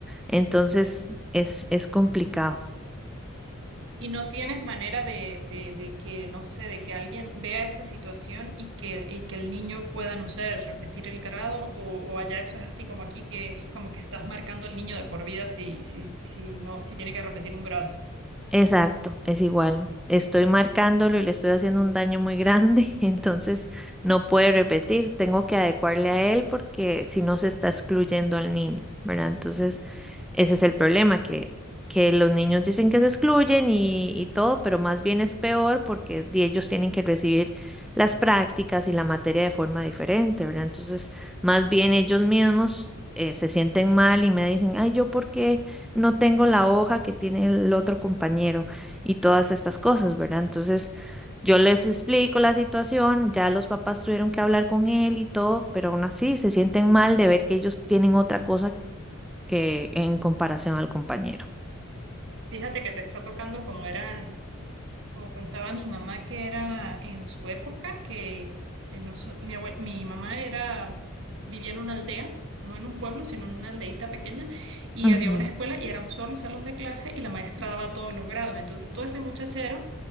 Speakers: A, in the centre; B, on the right.
A: Entonces, es, es complicado.
B: Y no tienes manera de, de, de que, no sé, de que alguien vea esa situación y que, y que el niño pueda, no sé, repetir el grado o, o allá eso es así como aquí, que es como que estás marcando al niño de por vida si, si, si, no, si tiene que repetir un grado.
A: Exacto, es igual. Estoy marcándolo y le estoy haciendo un daño muy grande, <laughs> entonces no puede repetir. Tengo que adecuarle a él porque si no se está excluyendo al niño, ¿verdad? Entonces... Ese es el problema, que, que los niños dicen que se excluyen y, y todo, pero más bien es peor porque di- ellos tienen que recibir las prácticas y la materia de forma diferente, ¿verdad? Entonces, más bien ellos mismos eh, se sienten mal y me dicen, ay, ¿yo por qué no tengo la hoja que tiene el otro compañero? Y todas estas cosas, ¿verdad? Entonces... Yo les explico la situación, ya los papás tuvieron que hablar con él y todo, pero aún así se sienten mal de ver que ellos tienen otra cosa que en comparación al compañero.
B: Fíjate que te está tocando como eran, como contaba mi mamá que era en su época, que eh, noso- mi abue- mi mamá era, vivía en una aldea, no en un pueblo, sino en una aldeita pequeña, y
A: Ujú.
B: había una escuela y era un solo salón de clase y la maestra daba todos los grados. Entonces todo ese muchachero